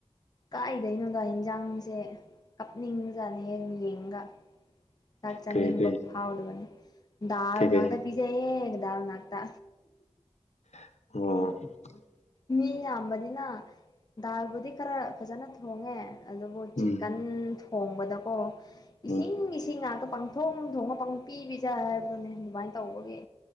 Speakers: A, on the left; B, on the left.
A: ꯀꯥꯏꯗꯣꯏꯩꯅꯣꯗ ꯌꯦꯟꯖꯥꯡꯁꯦ ꯀꯞꯕꯖꯅꯤꯍꯦ ꯌꯦꯡꯉꯒ ꯆꯥꯛ ꯆꯥꯟꯅꯤꯕ
B: ꯀꯔꯤ ꯀꯔꯤ
A: ꯐꯥꯎꯗꯅ ꯗꯥꯜ
B: ꯀꯩꯀꯩ
A: ꯉꯥꯛꯗ ꯄꯤꯖꯩꯌꯦ ꯗꯥꯜꯉꯥꯛꯇꯥ
B: ꯑꯣ
A: ꯃꯤ ꯌꯥꯝꯕꯅꯤꯅ ꯗꯥꯜꯕꯨꯗꯤ ꯈꯔ ꯐꯖꯅ ꯊꯣꯡꯉꯦ ꯑꯗꯨꯕꯨ ꯆꯤꯀꯟ
B: ꯎꯝ
A: ꯊꯣꯡꯕꯗꯀꯣ
B: ꯎꯝ
A: ꯏꯁꯤꯡ ꯏꯁꯤꯡ ꯉꯥꯛꯇ ꯄꯪꯊꯣꯡ ꯊꯣꯡꯉ ꯄꯪ ꯄꯤꯕꯤꯖ ꯍꯥꯏꯕꯗꯨꯅꯦ ꯑꯗꯨꯃꯥꯏꯅ ꯇꯧꯕꯒꯤ